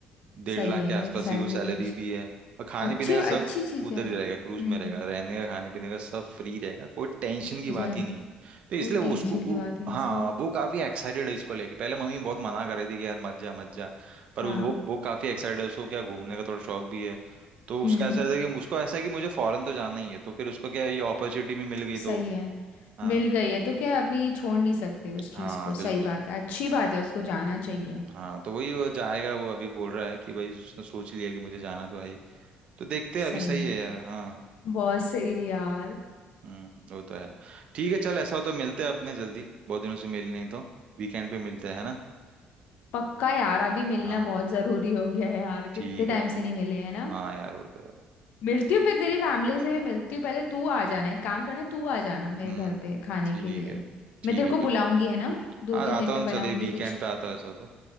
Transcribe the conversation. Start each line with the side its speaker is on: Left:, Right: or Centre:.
Right: डेढ़
Left: सही
Right: लाख
Left: है
Right: के आसपास
Left: सैलरी
Right: ही कुछ सैलरी
Left: भी अच्छी
Right: भी है और खाने
Left: अच्छी
Right: पीने का
Left: अच्छी
Right: सब
Left: चीज़
Right: उधर
Left: है यार
Right: ही रहेगा क्रूज
Left: हम्म
Right: में रहेगा रहने का खाने पीने का सब फ्री रहेगा कोई टेंशन की
Left: अच्छा
Right: बात ही नहीं है तो इसलिए
Left: कोई
Right: वो
Left: टेंशन
Right: उसको
Left: की
Right: वो,
Left: बात ही नहीं
Right: हाँ
Left: सही है
Right: वो काफी एक्साइटेड है इसको लेके पहले मम्मी बहुत मना कर रही थी कि यार मत जा मत जा पर
Left: हाँ
Right: वो वो काफी एक्साइटेड है उसको क्या घूमने का थोड़ा शौक भी है तो
Left: हम्म
Right: उसका ऐसा है कि उसको ऐसा है कि मुझे फॉरेन तो जाना ही है तो फिर उसको क्या है, ये अपॉर्चुनिटी भी मिल गई
Left: सही
Right: तो
Left: है
Right: हाँ
Left: मिल गई है तो क्या अभी छोड़ नहीं सकते उस
Right: हाँ
Left: चीज़ को सही
Right: बिल्कुल
Left: बात है अच्छी बात है उसको जाना चाहिए
Right: हाँ तो वही वो जाएगा वो अभी बोल रहा है कि भाई उसने सोच लिया कि मुझे जाना तो है ही तो देखते
Left: सही
Right: हैं अभी सही
Left: है
Right: है यार हाँ
Left: बहुत सही है यार
Right: हम्म वो तो है ठीक है चल ऐसा हो तो मिलते हैं अपने जल्दी बहुत दिनों से मिल नहीं तो वीकेंड पे मिलते हैं है ना
Left: पक्का यार अभी मिलना
Right: हाँ
Left: बहुत जरूरी हो गया है यार कितने
Right: ठीक
Left: टाइम
Right: है
Left: से नहीं मिले हैं ना
Right: हाँ यार वो तो है
Left: मिलती हूँ फिर तेरी फैमिली से भी मिलती हूँ पहले तू आ जाना एक काम करना तू आ जाना मेरे
Right: हम्म
Left: घर पे खाने
Right: ठीक
Left: के लिए
Right: है ठीक
Left: मैं तेरे
Right: है
Left: को बुलाऊंगी
Right: बिल्कुल
Left: है ना दो
Right: हाँ
Left: तीन
Right: आता
Left: दिन में
Right: हूँ
Left: बनाऊंगी
Right: चल वीकेंड
Left: कुछ
Right: पे आता हूँ ऐसा हो तो